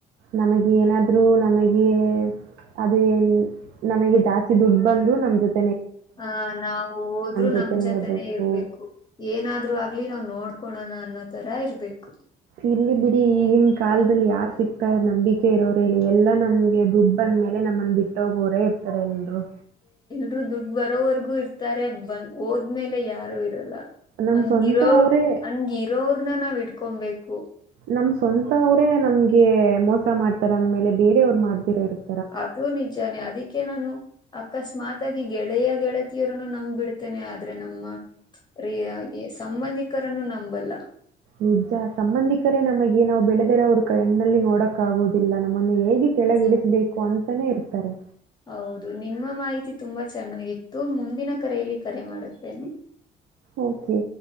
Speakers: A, on the right; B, on the left.
A: ನಮಗೆ ಏನಾದ್ರು ನಮಗೆ ಅದುನ್ ನಮಗೆ ಜಾಸ್ತಿ ದುಡ್ಡು ಬಂದ್ರು ನಮ ಜೊತೆ
B: ಹ ನಾವವು ಹೋದ್ರು
A: ಜೊತೆನೇ
B: ನಮ್ ಜೊತೆನೆೇ
A: ಇರಬೇಕು.
B: ಇರ್ಬೇಕು ಏನಾದ್ರು ಆಗ್ಲಿ ನಾವ್ ನೋಡ್ತ ಕೊಡೋಣ ಅನ್ನೋ ತರ ಇರ್ಬೇಕು
A: ಇರ್ಲಿ ಬಿಡಿ ಈಗಿನ ಕಾಲದಲ್ಲಿ ಯಾರ್ ಸಿಕ್ತಾರೆ ನಂಬಿಕೆ ಇರೋರ ಇಲ್ಲಿ ಎಲ್ಲಾ ನಮ್ಗೆ ದುಡ್ ಅಂದ ಮೇಲೆ ನಮ್ಮನ್ ಬಿಟ್ಟೋಗೋರೆ ಹತ್ತರ ಎಲ್ರು
B: ರು ದುಡ್ಡು ಬರೋವರ್ಗೂ ಇರ್ತಾರೆ ಬಂದ ಹೋದ್ಮೇಲೆ ಯಾರು ಇರಲ್ಲ
A: ನಮ್ಮ
B: ಹಂಗಿರೋ
A: ಸ್ವಂತ ಅವರೇ
B: ಹಂಗಿರೋರ್ನ್ನ ನಾವ್ ಇಡ್ ಕೊಬೇಕು
A: ನಮ ಸ್ವಂತ ಅವ್ರೇ ನಮ್ಗೆ ಮೋಸ ಮಾಡ್ತಾರೆ ಅಂದ ಮೇಲೆ ಬೇರೆವ್ರು ಮಾಡ್ರತ್ತೆ
B: ಅದು ನಿಜಾನೇ ಅದಿಕ್ಕೆ ಅಕೆ ನಾನು ಅಕಸ್ಮಾತ್ಗಿ ಗೆಳೆಯ ಗೆಳತಿಯರನ್ನು ನಂಬ್ ಬಿಡ್ತೇನೆ ಆದ್ರೆ ನಮ್ಮ ರ ಸಂಬಂಧಿಕರನ್ನು ನಂಬಲ್ಲ
A: ನಿಜ ಸಂಬಂಧಿಕರೇ ನಮಗೆ ನಾವು ಬೆಳೆದರೆ ಅವ್ರ ಕಣ್ಣಲ್ಲಿ ನೋಡಕ್ ಆಗೋದು ಇಲ್ಲ ನಮ್ಮನ್ನು ಹೇಗೆ ಕೆಳಗೆ
B: ನಿಜ.
A: ಇಳಿಸಬೇಕು ಅಂತ. ತಾನೆ ಇರ್ತಾರೆ.
B: ಹೌದು ನಿಮ್ಮ ಮಾಹಿತಿ ತುಂಬಾ ಚೆನ್ನಾಗಿತ್ತು ಮುಂದಿನ ಕರೆಯಲ್ಲಿ ಕರೆ ಮಾಡುತ್ತೇನೆ.
A: ಓಕೆ.